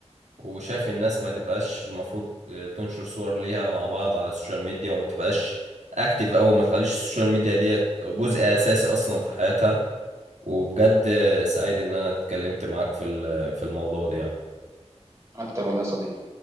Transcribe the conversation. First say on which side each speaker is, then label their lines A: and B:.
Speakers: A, on the right (about 80°); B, on the right (about 25°).
A: وشايف الناس ما تبقاش المفروض آه، تنشر صور ليها مع بعض على السوشيال ميديا وما تبقاش اكتيف او ما تخليش السوشيال ميديا ديت جزء اساسي اصلا في حياتها وبجد آه، سعيد ان انا اتكلمت معاك في ال- في الموضوع ده يعني
B: انا اكتر والله يا صديقي